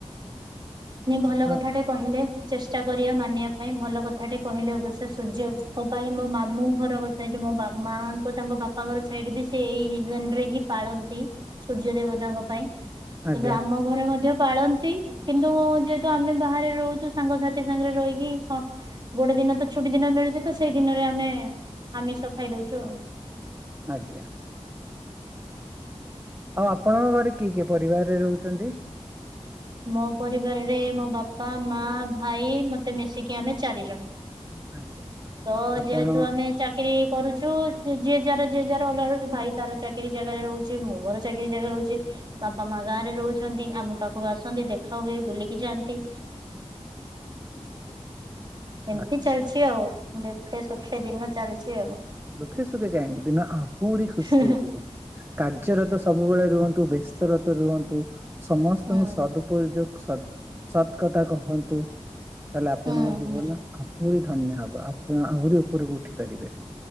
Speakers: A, on the right; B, on the right.
A: ନି ଭଲ କଥାଟେ
B: ଆ-
A: କହିଲେ। ଚେଷ୍ଟା କରିବା ମାନିବା ପାଇଁ। ଭଲ କଥା ଟେ କହିଲେ, ଅବଶ୍ୟ ସୂର୍ଯ୍ୟ ଉସ୍ତ ପାଇଁ ମୋ ମାମୁଁ ଘର ସେଇଠି ମୋ ବା ମାଙ୍କ ତାଙ୍କ ବାପ ଘର ସାଇଡ୍ ବି ସେ ଏଇ ରିଜିନ୍ ରେ ହିଁ ପାଳନ୍ତି। ସୂର୍ଯ୍ୟ ଦେବତାଙ୍କ ପାଇଁ। କିନ୍ତୁ
B: ଆଜ୍ଞା
A: ଆମ ଘରେ ମଧ୍ୟ ପାଳନ୍ତି, କିନ୍ତୁ ତ ଯେହେତୁ ଆମେ ବାହାରେ ରହୁଛୁ ସାଙ୍ଗସାଥି ସାଙ୍ଗରେ ରହିକି ସ ଗୋଟେ ଦିନ ତ ଛୁଟି ଦିନ ମିଳୁଛି ତ ସେଇ ଦିନରେ ଆମେ ଆମିଷ ଖାଇ ଦଉଛୁ ଆଉ।
B: ଆଜ୍ଞା। ଆଉ ଆପଣଙ୍କ ଘରେ କିଏ କିଏ ପରିବାରରେ ରହୁଛନ୍ତି?
A: ମୋ ପରିବାରରେ ମୋ ବାପା, ମା, ଭାଇ ମତେ ମିଶିକି ଆମେ ଚାରିଜଣ।
B: ଆଚ୍ଛା
A: ତ
B: ଆପଣ
A: ଯେହେତୁ ଆମେ ଚା ଚାକିରି କରୁଛୁ ଯିଏ ଯାର ଯିଏ ଯାର ଅଲଗା ରହି ଭାଇ ତାର ଚାକିରି ଜାଗାରେ ରହୁଛି ମୁଁ ମୋର ଚାକିରି ଜାଗାରେ ରହୁଛି ବାପା ମା ଗାଁରେ ରହୁଛନ୍ତି। ଆମ ପାଖକୁ ଆସନ୍ତି ଦେଖା ହୁଏ ବୁଲିକି ଯାଆନ୍ତି। ଏମିତି
B: ଆଚ୍ଛା
A: ଚାଲିଛି ଆଉ। ଦୂଖେ ସୁଖେ ଦିନ ଚାଲିଛି ଆଉ।
B: ଦୁଖେ ସୁଖେ କାହିଁକି, ଦିନ ଆହୁରି ଖୁସିରେ
A: ହୁଁ
B: ଯିବ କାର୍ଯ୍ୟରେ ତ ସବୁବେଳେ ରୁହନ୍ତୁ ବ୍ୟସ୍ତ ବ୍ୟସ୍ତ ରତ ରୁହନ୍ତୁ। ସମସ୍ତଙ୍କୁ
A: ହୁଁ
B: ସଦ୍ ଉପଯୋଗ ସ ସତ୍ କଥା କୁହନ୍ତୁ। ତାହେଲେ ଆପଣଙ୍କ
A: ହୁଁ
B: ଜୀବନ
A: ହୁଁ
B: ଆହୁରି ଧନ୍ୟ ହବ। ଆପଣ ଆହୁରି ଉପରକୁ ଉଠି ପାରିବେ।